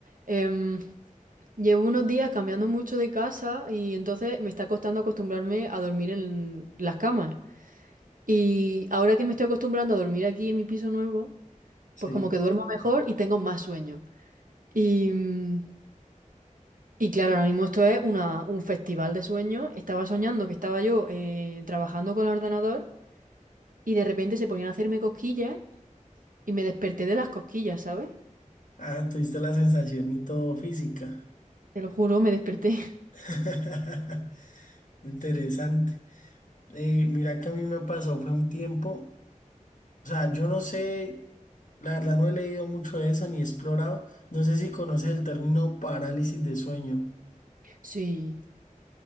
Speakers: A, on the right; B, on the left.
A: em, Llevo unos días cambiando mucho de casa y entonces me está costando acostumbrarme a dormir en las camas. Y ahora que me estoy acostumbrando a dormir aquí en mi piso nuevo,
B: Sí.
A: pues como que duermo mejor y tengo más sueño. Y, mm, y claro, ahora mismo esto es una- un festival de sueños. Estaba soñando que estaba yo eh, trabajando con el ordenador y de repente se ponían a hacerme cosquillas y me desperté de las cosquillas, ¿sabes?
B: Ah, tuviste la sensación y todo física.
A: Te lo juro, me desperté. <laughs>
B: <laughs> Interesante. Eh, mira que a mí me pasó, fue un tiempo, o sea, yo no sé, la verdad no he leído mucho de eso ni he explorado, no sé si conoces el término parálisis de sueño.
A: Sí,